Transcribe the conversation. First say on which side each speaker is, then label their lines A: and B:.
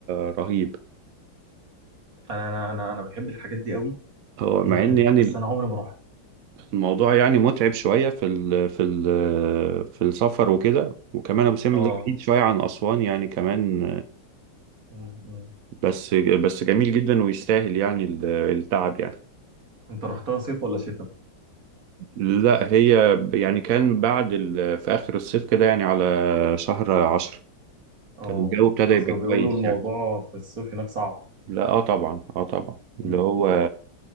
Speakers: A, on the right (about 70°); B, on the right (about 45°).
A: آه، رهيب
B: انا انا انا انا بحب الحاجات دي قوي
A: هو
B: جدا
A: مع ان يعني
B: بس انا عمري ما رحت
A: الموضوع يعني متعب شوية في ال في ال في السفر وكده وكمان أبو سمبل
B: اه
A: ده بعيد شوية عن أسوان يعني كمان
B: مم، مم.
A: بس بس جميل جدا ويستاهل يعني ال- التعب يعني
B: انت رحتها صيف ولا شتاء
A: لا هي يعني كان بعد ال في آخر الصيف كده يعني على شهر عشرة
B: اه
A: كان الجو ابتدى
B: اصل
A: يبقى كويس
B: بيقولوا الموضوع
A: يعني
B: في الصيف هناك صعب
A: لا اه طبعا اه طبعا
B: مم.
A: اللي هو